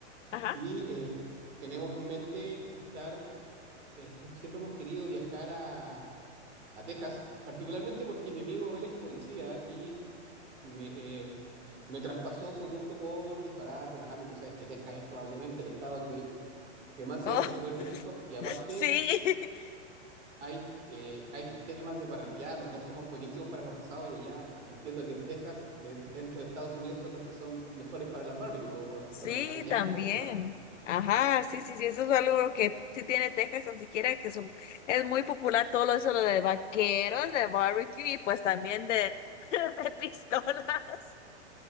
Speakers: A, on the left; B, on the right.
A: Ajá.
B: Y eh, tenemos en mente estar, eh, sie- siempre hemos querido viajar a, a Texas, particularmente porque mi amigo él es policía y me, eh, me traspasó su gusto por disparar, por las armas. Y tú sabes que Texas es probablemente el estado que, que más se
A: Oh,
B: desenvuelve en eso. Y aparte,
A: <laughs> sí, <laughs>
B: hay, eh, hay temas de parrillada. Los dos somos buenísimos para los asados. Y allá entiendo que en Texas, de, dentro de Estados Unidos, son los que son mejores para las barbecues o, o,
A: sí,
B: o las parrilladas,
A: también.
B: como le decimos acá.
A: Ajá, sí, sí, sí, eso es algo que sí tiene Texas, tan siquiera que son- es muy popular todo lo- eso lo de vaqueros, de barbecue y pues también de, <laughs> de pistolas.